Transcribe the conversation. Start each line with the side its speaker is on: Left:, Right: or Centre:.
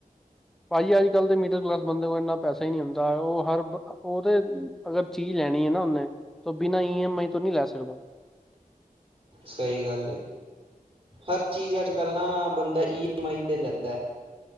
Centre: ਭਾਜੀ, ਅੱਜ-ਕੱਲ੍ਹ ਦੇ ਮਿਡਲ ਕਲਾਸ ਬੰਦੇ ਕੋਲ ਇੰਨਾ ਪੈਸਾ ਹੀ ਨਹੀਂ ਹੁੰਦਾ, ਉਹ ਹਰ ਬ ਉਹ ਤੇ ਅਗਰ ਚੀਜ਼ ਲੈਣੀ ਹੈ ਨਾ ਉਹਨੇ, ਤਾਂ ਬਿਨਾਂ ਈ ਐਮ ਆਈ ਤੋਂ ਨਹੀਂ ਲੈ ਸਕਦਾ।
Right: ਸਹੀ ਗੱਲ ਹੈ, ਹਰ ਚੀਜ਼ ਅੱਜ-ਕੱਲ ਨਾ ਬੰਦਾ ਈ ਐਮ ਆਈ ਤੇ ਲੈਂਦਾ।